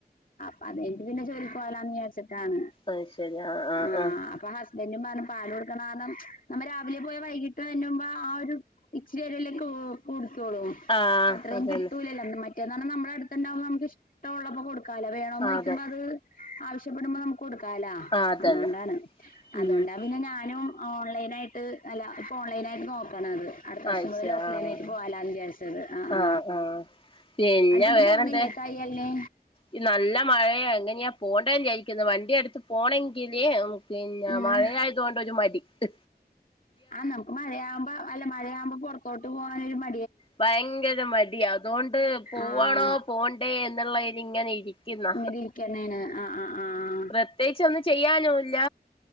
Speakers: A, on the left; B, on the left.
A: പാല് കയ്ഞ്ഞിട്ട് പിന്നെ ജോലിക്ക് പോവാലോന്ന് വിചാരിച്ചിട്ടാണ്
B: അത് ശരി ആഹ് ആഹ്
A: ആ
B: ആഹ്
A: അപ്പൊ തെന്നെ പറഞ് പാല് കൊടുക്കണാന്നും നമ്മെ രാവിലെ പോയാ വൈകീട്ട്ന്നു ആ ഒരു ഇച്ചിരിരിയിലേക്ക് ഓ കുടു ത്തോളൂ
B: ആഹ്
A: അത്രേം
B: അതന്നെ
A: കിട്ടൂലല്ലോ മറ്റേന്ന് പറഞ്ഞാ നമ്മുടെ അടുത്തണ്ടാവുമ്പ നമു ഇഷ്ടമുള്ളപ്പോൊ കൊടുക്ക കല വേണോന്ന്
B: ആഹ്
A: ചോയ്ക്കുമ്പോ
B: അതെ
A: അത് ആവശ്യപ്പെടുമ്പോ നമുക്ക് കൊടുക്കാലാ
B: ആഹ് അതന്നെ
A: അതുകൊണ്ടാണ് അതുകൊണ്ടാ
B: ഉം
A: പിന്നെ ഞാ നും ഓൺലൈനായിട്ട് അല്ല ഇപ്പോൾ ഓൺലൈനായിട്ട് നോക്കണ അത് അടുത്ത വർഷം
B: ആഴ്ച
A: മുതൽ ഓഫ്
B: ആഹ്
A: ലൈനായിട്ട് പോവാലാന്ന് വിചാരിച്ചത് അ ആ
B: ആഹ് ആഹ് പിന്നെ
A: അന്റെ ഇത്
B: വേറെന്ത്
A: പോണില്ലേ തയ്യൽന്
B: ഈ നല്ല മഴയ എങ്ങനെയാ പോണ്ടെന്ന്ചാരിക്കുന്നു വണ്ടി എടുത്ത് പോണമെങ്കിലേ പിന്നെ
A: ഉം
B: മഴയായതുകൊണ്ടൊരു മടിത്ത്
A: ആ നമുക്ക് മഴയാവുമ്പോ അല്ല മഴയാവുമ്പൊ പൊറത്തോട്ട് പോകാനൊരു മ
B: ഭയങ്കര മടി അതോണ്ട് പോവാണോ
A: ആഹ്
B: പോണ്ടേ എന്നുള്ളതില് ഇങ്ങനെ ഇരി ക്കുന്ന
A: ഇങ്ങനെ ഇരിക്കണേണ് ആഹ് ആഹ് ആഹ്
B: പ്രത്യേകിച്ച് ഒന്നും ചെയ്യാനോല്ല